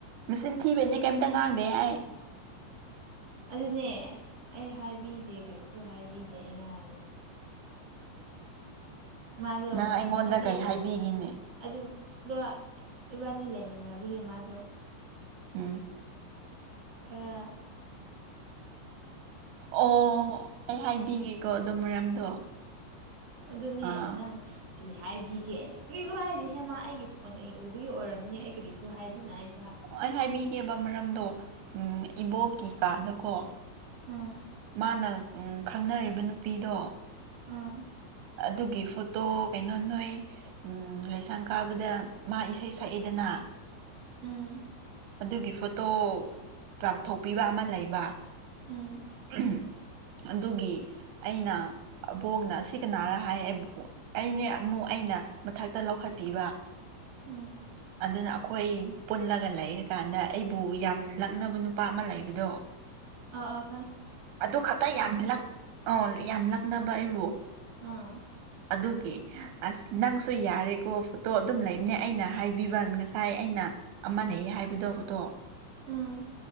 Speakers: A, on the right (about 80°); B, on the right (about 45°).
A: ꯃꯆꯤꯟ ꯊꯤꯕꯩꯅꯦ ꯀꯩꯝꯇ ꯉꯥꯡꯗꯦ ꯌꯥ
B: ꯑꯗꯨꯅꯦ ꯑꯩ ꯍꯥꯏꯕꯤꯗꯦ ꯀꯔꯤꯁꯨ ꯍꯥꯏꯕꯤꯗꯦ ꯑꯩꯅ ꯍꯥꯏꯕ
A: <inaudible>
B: ꯃꯥꯗꯣ
A: ꯅꯪ ꯑꯩꯉꯣꯟꯗ
B: ꯍꯥꯏꯗꯤ
A: ꯀꯩ ꯍꯥꯏꯕꯤꯒꯤꯅꯦ
B: ꯑꯗꯨ ꯑꯗꯣ ꯏꯕꯥꯅꯤ ꯂꯩꯃꯤꯟꯅꯕꯒꯤ ꯃꯥꯗꯣ
A: ꯎꯝ
B: ꯈꯔ
A: ꯑꯣ ꯑꯩ ꯍꯥꯏꯕꯤꯒꯦꯀꯣ ꯑꯗꯨ ꯃꯔꯝꯗꯣ
B: ꯑꯗꯨꯅꯦ
A: ꯑꯥ
B: ꯅꯪ ꯀꯔꯤ ꯍꯥꯏꯕꯤꯒꯦ ꯑꯩꯅ ꯀꯔꯤꯁꯨ ꯍꯥꯏꯗꯤꯦ ꯍꯦꯃ ꯑꯩꯒꯤ ꯐꯣꯟ ꯑꯩ ꯎꯕꯒꯤ ꯑꯣꯏꯔꯝꯅꯤ ꯑꯩ ꯀꯔꯤꯁꯨ ꯍꯥꯏꯗꯦꯅ ꯑꯩ
A: ꯑꯩ ꯍꯥꯏꯕꯤꯒꯦꯕ ꯃꯔꯝꯗꯣ ꯎꯝ ꯏꯕꯣꯛꯀꯤ ꯀꯥꯗꯀꯣ
B: ꯑꯥ
A: ꯃꯥꯥꯟꯅ ꯎꯝ ꯈꯪꯅꯔꯤꯕ ꯅꯨꯄꯤꯗꯣ
B: ꯎꯝ
A: ꯑꯗꯨꯒꯤ ꯐꯣꯇꯣ ꯀꯩꯅꯣ ꯅꯣꯏ ꯎꯝ ꯂꯩꯁꯥꯡ ꯀꯥꯕꯗ ꯃꯥ ꯏꯁꯩ ꯁꯛꯑꯦꯗ ꯅꯥ
B: ꯎꯝ
A: ꯑꯗꯨꯒꯤ ꯐꯣꯇꯣ ꯆꯥꯝꯊꯣꯛꯄꯤꯕ ꯑꯃ ꯂꯩꯕ
B: ꯎꯝ
A: <unintelligible> ꯑꯗꯨꯒꯤ ꯑꯩꯅ ꯑꯕꯣꯛꯅ ꯁꯤ ꯀꯅꯥꯔ ꯍꯥꯏꯕ ꯑꯩꯅꯦ ꯑꯃꯨ ꯑꯩꯅ ꯃꯊꯛꯇ ꯂꯧꯈꯠꯄꯤꯕ
B: ꯎꯝ
A: ꯑꯗꯨꯅ ꯑꯩꯈꯣꯏ ꯄꯨꯜꯂꯒ ꯂꯩꯔꯀꯥꯟꯗ ꯑꯩꯕꯨ ꯌꯥꯝ ꯂꯛꯅꯕ ꯅꯨꯄꯥ ꯑꯃ ꯂꯩꯕꯗꯣ
B: ꯑꯥ
A: ꯑꯗꯨ ꯈꯛꯇ ꯌꯥꯝꯂꯛ ꯑ ꯌꯥꯝ ꯂꯛꯅꯕ ꯑꯩꯕꯨ
B: ꯑꯥ
A: ꯑꯗꯨꯒꯤ ꯑꯁ ꯅꯪꯁꯨ ꯌꯥꯔꯦꯀꯣ ꯐꯣꯇꯣ ꯑꯗꯨꯝ ꯂꯩꯕꯅꯦ ꯑꯩꯅ ꯍꯥꯏꯕꯤꯕ ꯉꯁꯥꯏ ꯑꯩꯅ ꯑꯃꯂꯩ ꯍꯥꯏꯕꯗꯧ ꯐꯣꯇꯣ
B: ꯎꯝ